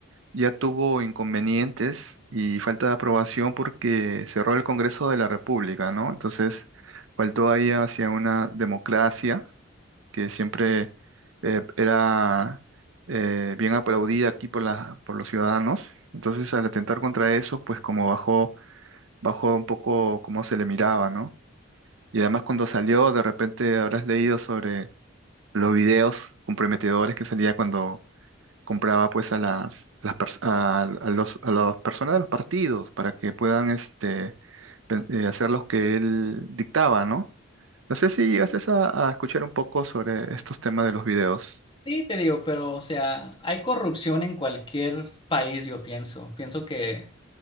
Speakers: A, on the right; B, on the left.
A: ya tuvo inconvenientes y falta de aprobación porque cerró el Congreso de la República, ¿no? Entonces, faltó ahí hacia una democracia que siempre eh, era eh, bien aplaudida aquí por la, por los ciudadanos. Entonces, al atentar contra eso, pues como bajó bajó un poco cómo se le miraba, ¿no? Y además cuando salió, de repente habrás leído sobre los videos comprometedores que salía cuando compraba pues a las, a las, pers- a- a los- a las personas de los partidos para que puedan este, pen- eh, hacer los que él dictaba, ¿no? No sé si llegaste a, a escuchar un poco sobre estos temas de los videos.
B: Sí, te digo, pero o sea, hay corrupción en cualquier país, yo pienso. Pienso que